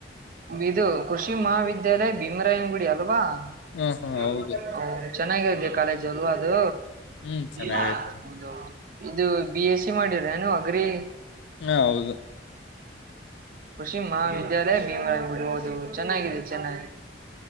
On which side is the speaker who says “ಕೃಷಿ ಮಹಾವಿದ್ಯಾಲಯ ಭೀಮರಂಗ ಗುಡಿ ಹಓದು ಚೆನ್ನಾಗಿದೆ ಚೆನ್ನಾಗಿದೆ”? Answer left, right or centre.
Right